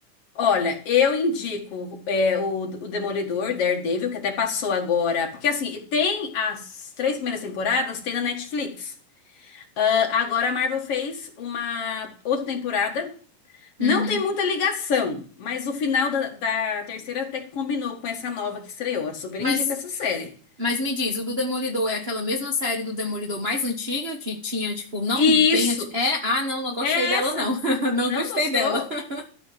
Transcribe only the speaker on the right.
Uhum.
Mas,
mas me diz, o do Demolidor é aquela mesma série do Demolidor mais antiga que tinha, tipo, não
bem
antiga. É, ah, não, não gostei
dela,
não. <laughs> Não
gostei
dela. <laughs>